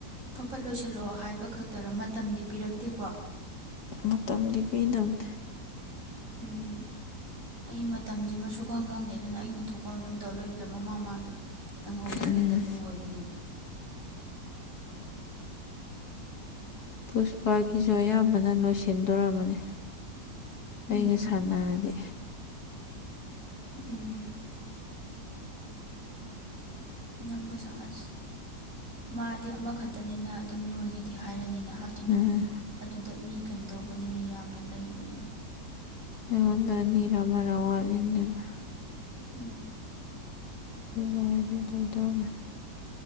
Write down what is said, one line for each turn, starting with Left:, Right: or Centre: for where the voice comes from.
Right: ꯐꯐꯠ ꯂꯣꯏꯁꯜꯂꯛꯑꯣ ꯍꯥꯏꯕ ꯄꯤꯄ ꯈꯛꯇꯔ ꯃꯇꯝꯗꯤ ꯄꯤꯔꯛꯇꯦꯀꯣ
Left: ꯃꯇꯝꯗꯤ ꯄꯤꯗꯕꯅꯤ
Right: ꯎꯝ ꯑꯩ ꯃꯇꯝꯁꯤ ꯃꯁꯨ ꯈꯪ ꯈꯪꯗꯦ ꯑꯗꯨꯅ ꯑꯩꯅ ꯊꯣꯛꯄ ꯑꯃ ꯑꯗꯨꯝ ꯇꯧꯔ ꯂꯩꯣꯏꯕꯗ ꯃꯃꯥ ꯃꯥꯡ ꯅꯪꯍꯧꯗꯕ
Left: ꯎꯝ
Right: ꯕꯦꯛꯇ ꯂꯣꯏꯕꯅꯦꯕ
Left: ꯄꯨꯁꯄꯥꯒꯤꯁꯨ ꯑꯌꯥꯝꯕꯅ ꯂꯣꯏꯁꯤꯟꯗꯣꯔꯝꯕꯅꯤ
Right: ꯎꯝ
Left: ꯑꯩꯒ ꯁꯥꯟꯅꯔꯗꯤ
Right: ꯎꯝ ꯅꯪꯒ ꯁꯪꯑꯁ ꯃꯥꯗꯤ ꯑꯃꯈꯛꯇꯅꯤꯅ ꯑꯗꯨꯝ ꯂꯣꯏꯈꯤꯗꯤ ꯍꯥꯏꯔꯅꯤꯅ ꯍꯥꯏꯕꯗꯤ
Left: ꯎꯝ
Right: ꯅꯣꯏ ꯑꯗꯨꯗ ꯃꯤ ꯀꯩꯅꯣ ꯇꯧꯕꯅꯤꯅ ꯌꯥꯝꯅ ꯂꯩꯕꯅꯤꯅ
Left: ꯑꯩꯉꯣꯟꯗ ꯑꯅꯤꯔ ꯑꯃꯅ ꯋꯥꯠꯂꯤꯅꯦꯕ
Right: ꯎꯝ
Left: ꯁꯤ ꯇꯧꯔꯗꯤ ꯂꯣꯏꯗꯧꯔꯝꯃ